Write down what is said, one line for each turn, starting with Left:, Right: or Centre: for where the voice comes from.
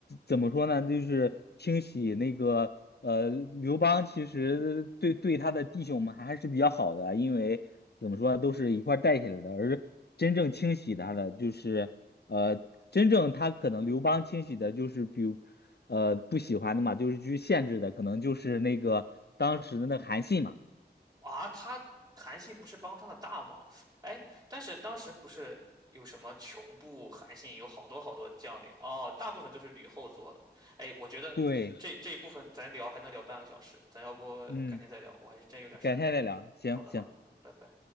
Left: 怎么说呢？就是清洗那个呃刘邦，其实对对他的弟兄们还是比较好的啊，因为怎么说都是一块儿带起来的。而真正清洗他的，就是呃真正他可能刘邦清洗的，就是比如呃不喜欢的嘛，就是去限制的，可能就是那个当时的那韩信嘛。
Right: 啊，他韩信不是帮他的大忙，哎，但是当时不是有什么穷部、韩信有好多好多将领，哦，大部分都是吕后做的。哎，我觉得这这一部分咱聊还能聊半个小时，
Left: 对，
Right: 咱要不改天再聊，
Left: 嗯，
Right: 我还是真有点事儿。
Left: 改天再聊，行行。
Right: 好的，好的，嗯，拜拜。